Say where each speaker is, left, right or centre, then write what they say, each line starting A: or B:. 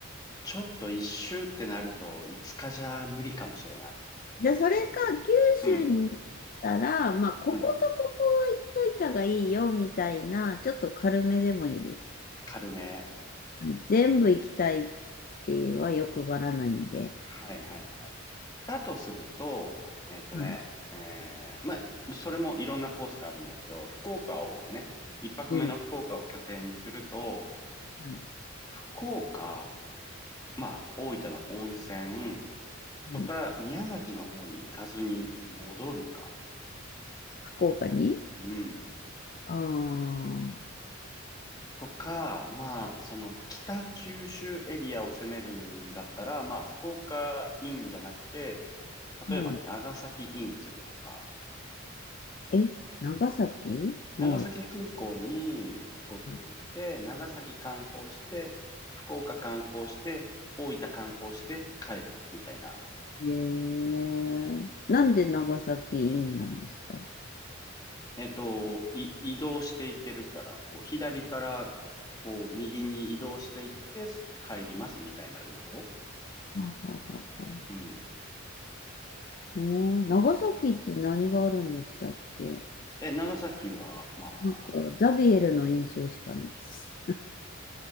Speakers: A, on the left; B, on the left.
A: ちょっと一周ってなると5日じゃ無理かもしれない。
B: じゃあ、それか、九州に来たら、
A: うん。
B: まあ、こことここは行っといたがいいよ、
A: うん。
B: みたいな、ちょっと軽めでもいいです。
A: 軽め。
B: はい、全部行きたいっては欲張らないんで、
A: はいはい。だとすると、えっとね、
B: はい。
A: えー、まあ、それもいろんなコースがあるんだけど、福岡をね、一泊目の福岡を拠点にすると、
B: うん。はい。
A: 福岡、まあ、大分の温泉、そこから宮崎の方に行かずに戻るか、
B: うん、福岡に
A: うん。
B: ああー、
A: とか、まあ、その北九州エリアを攻めるんだったら、まあ、福岡インじゃなくて、
B: うん。
A: 例えば長崎インするとか、
B: え、長崎はい。
A: 長崎空港に飛行機で行って、
B: は
A: 長崎観光して、福岡観光して、大分観光して帰るみたいな。
B: い。えー、なんで長崎インなんですか
A: えっと、い移動していけるから、こう左からこう右に移動していって帰りますみたいなルート。
B: あははは。
A: うん。
B: うん、長崎って何があるんでしたっけ
A: え、長崎は、まあ、
B: なんか、ザビエルの印象しかないです。